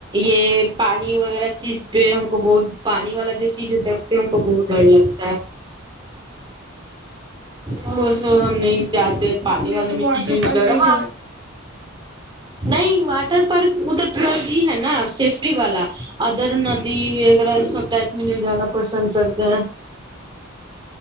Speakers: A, on the right (about 25°); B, on the right (about 65°).
A: یہ پانی وغیرہ چیز پہ ہم کو بہت پانی والا جو چیز ہوتا ہے اس پہ ہم کو بہت ڈر لگتا ہے اوراں ہم نہیں
B: ہے اچھا
A: جاتے پانی
B: اس لیے
A: والی
B: تم
A: میں
B: واٹر
A: چیز میں بھی
B: پارک
A: دوڑا
B: نہیں
A: ہاں
B: جانا
A: نہیں واٹر پارک ا تو تھوڑا سی ہے نا سیفٹی والا ادر ندی وغیرہ یہ سب ٹائپ میں نہیں جانا پسند کرتے ہیں